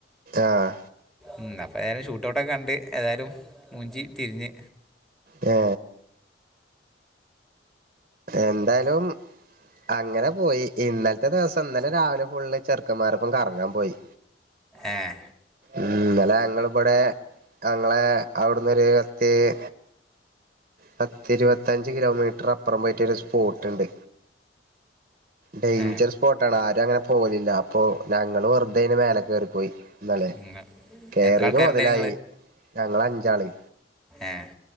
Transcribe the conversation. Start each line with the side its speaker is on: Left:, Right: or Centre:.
Right: ആഹ്‌
Centre: മ് അപ്പ ഞാൻ ഷൂട്ട്‌ ഔട്ട് ക്കെ കണ്ട് ‌. ഏതായാലും മൂഞ്ചി തിരിഞ്ഞ്.
Right: ഏ എന്തായലും അങ്ങനെ പോയി. ഇന്നല് ത്തെ ദിവസം ഇന്നലെ രാവിലെ ഫുള്ള് ചെർക്കന്മാരപ്പം കറങ്ങാൻ പോയി.
Centre: ഏഹ്‌
Right: ഇന്നലെ, ഞങ്ങളിവിടെ ഞങ്ങളെ അവിടുന്നൊര്. ര് പത്തി ഇരുപത്തഞ്ച് കിലോമീറ്റർ അപ്പുറം പോയിട്ടരു. റ്റ് സ്‌പോട്ട്ണ്ട്. ഡേഞ്ചർ
Centre: ഏ
Right: സ് പ്പോട്ടാണ് ആരും, അങ്ങനെ പോവലില്ല. അപ്പോ, ഞങ്ങള് വെറുതെ അയിന്റെ മേലെ കയറിപ്പോയി. ഇന്നെലെ
Centre: ഉം.
Right: കേറിന്
Centre: എത്ര ആൾക്കാരുണ്ടായി
Right: മുതലായി. ഞങ്ങള് അഞ്ചാള്
Centre: ഏഹ്‌